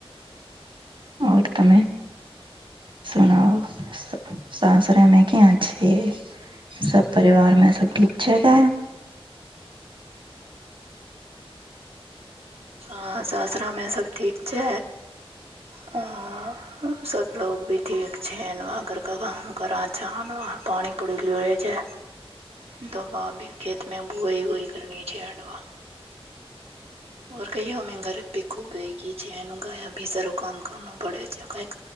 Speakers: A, on the right (about 55°); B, on the right (about 75°).
A: ઓર તમે? સુનાઓ સાસરે મે ક્યાં છે? સબ પરિવાર મે સબ ઠીક છે હૈ?
B: હા સાસરા મે સબ ઠીક છે હા. સબ લોગ ભી ઠીક છે ના ઘર કા કામ કરાજા ના પાણી પડી રહ્યું છે. દવા બી ખેતમે બુએ વુઈ કરની છે હેડવા. ઓ કહીઓં ગરત <inaudible> ભ ખૂબ બેગી <unintelligible> છે ગાયા ભી સાર કામ કર પડે છે કઈ